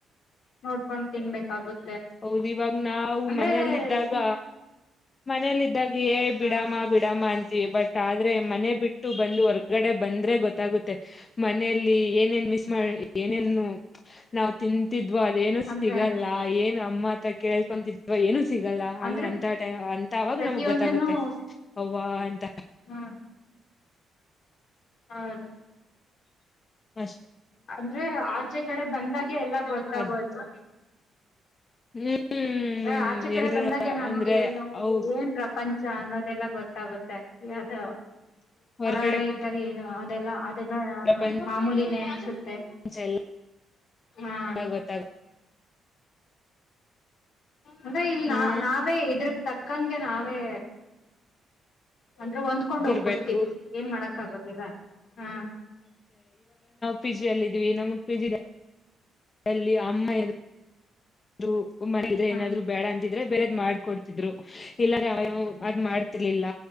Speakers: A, on the left; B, on the left.
A: ನೋಡ್ಕೊಂಡ್ ತಿನ್ಬೇಕಾಗುತ್ತೆ
B: ಹೌದು ಇವಾಗ ನಾವು
A: ಅಂದ್ರೆ
B: ಮನೆಯಲ್ಲಿದ್ದಾಗ
A: ಸಿಕ್
B: ಮನೆ ಲ್ಲಿದ್ದಾಗ ಏ ಬಿಡಾಮ
A: ಹಾ
B: ಬಿಡಾಮ ಅಂತ ಬಟ್ ಆದ್ರೆ ಮನೆ ಬಿಟ್ಟು ಬಂದು ಹೊರ್ಗಡೆ ಬಂದ್ರೆ ಗೊತ್ತಾಗುತ್ತೆ ಮನೆಯಲ್ಲಿ ಏನೇನ್ ಮಿಸ್ ಮಾಡ ಏನೇನು ನಾವು ತಿಂತಿದ್ವೋ ಅದೇನು ಸಿಗಲ್ಲ
A: ಅಂದ್ರೆ
B: ಏ ಅಮ್ಮತ ಕೇಳ್ಕೊಂತಿದ್ವ ಏನು ಸಿಗಲ್ಲ
A: ಅಂದ್ರೆ
B: ಅಂತ ಟೈಮ್ ಅಂತ ಆಾಗ
A: ಪ್ರತಿಯೊಂದನು
B: ನಮಗ್ ಗೊತ್ತಾಗುತ್ತೆ ವಾ ಎಂತ
A: ಹಾ ಹೌದು
B: ಹ <inaudible>
A: ಅಂದ್ರೆ ಆಚೆ ಕಡೆ ಬಂದಾಗೆ ಎಲ್ಲಾ ಗೊತ್ತಾಗೋದು
B: ಅದ್ ಹ್ಮ್
A: ಹ ಆಚೆ ಕಡೆ
B: ಎಲ್ರೂ
A: ಬಂದಾಗ ನಮ್ಗೇನು
B: ಅಂದ್ರೆ ಅವು
A: ಏನ್ ಪ್ರಪಂಚ ಅನ್ನೋದೆಲ್ಲ ಗೊತ್ತಾಗುತ್ತೆ ಯಾವ್ದು
B: ಹೊರ್ಗಡೆ
A: ಹೊರಗಡೆ ಇದ್ದಾಗ ಏನು ಅದೆಲ್ಲ ಅದೆಲ್ಲ
B: ಪ್ರಪಂಚ
A: ಮಾಮೂಲಿನೇ ಅನ್ಸುತ್ತೆ
B: ಎಲ್ಲ
A: ಹಾ
B: ಗೊತ್ತಾಗ
A: ಅಂದ್ರೆ ಇಲ್
B: ಹಾ
A: ನಾವ ನಾವೇ ಇದ್ರಕ್ ತಕ್ಕಂಗೆ ನಾವೇ ಹ <unintelligible> ಅಂದ್ರೆ ಹೊಂದ್ಕೊಂಡ್ ಹೋಗ್ಬಿಡ್ತೀವಿ
B: ಇರ್ಬೇಕು
A: ಏನ್ ಮಾಡಕ್ ಆಗದಿಲ್ಲ ಹ್ಮ
B: ಪಿಜಿ ಅಲ್ಲಿ ಇದೀವಿ ನಮಗ್ ಪ್ರಿಜಿ ಮನೆ ಅಲ್ಲಿ ಅಮ್ಮ ಎದು <unintelligible> ಮ್ರೆ
A: ಹಾ
B: ಏನಾದ್ರು ಬೇಡ ್ರ ಬೇರೆದ್ ಮಾಡ್ಕೊಡ್ತಿದ್ರು ಇಲ್ಲ ಅದ್ ಮಾಡ್ತಿರ್ಲಿಲ್ಲ